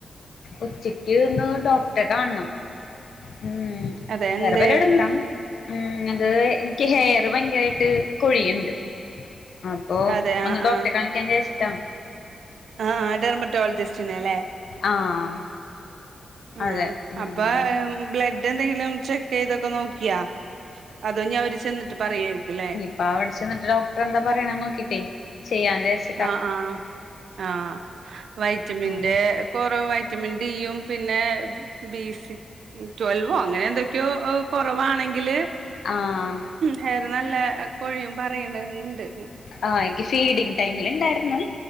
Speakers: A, on the left (about 65°); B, on the right (about 75°).
A: ഉച്ചക്ക്ന്ന് ഡോക്റ്റെ കാണ്ണം മ്
B: അതെ എന്തേ
A: വേറെ പരിപാഡ്യോന്നുല്ല ഉം അത് ഇൻക്ക് ഹെയർ ഭയങ്കരായിട്ട് കൊഴിയ്ണ്ട് അപ്പൊ
B: അതെ ആഹ്
A: ഒന്ന് ഡോക്റ്റെ
B: ആഹ്
A: കാണിക്കാഞ്ഞി രാച്ചിട്ടാ
B: ആഹ് ആഹ് ഡെർമറ്റോളജിസ്റ്റിനെ ല്ലേ
A: ആഹ് അതെ
B: ആഹ്
A: ഉം
B: അപ്പ ബ്ലഡ് എന്തെങ്കിലും ചെക്കെയ്തൊക്കെ നോക്കിയോ അതു ഇഞ്ഞ് അവര് ചെന്നിട്ട് പറയായിര്ക്കുല്ലേ?
A: <unintelligible> ചെന്ന്ട്ട് ഡോക്ടറ് എന്താ പറിണെ നോക്കിട്ടേ ചെയ്യാന്ന് വിചാരിച്ച്
B: ആഹ് ആഹ് ആഹ് വൈറ്റമിന്റെ
A: ആഹ്
B: കൊറവ് വൈറ്റമിൻ ഡിയും പിന്നെ ബി സി ട്വൽവോ അങ്ങനെ എന്തൊക്കെയോ ഓഹ് കൊറവാണെങ്കില്
A: ആഹ്
B: ഹെയർ നല്ല കൊഴിയും പറയണണ്ട്.
A: ആ ഇൻക്ക് ഫീഡിങ് ടൈമിൽ ഇണ്ടായിരുന്നു.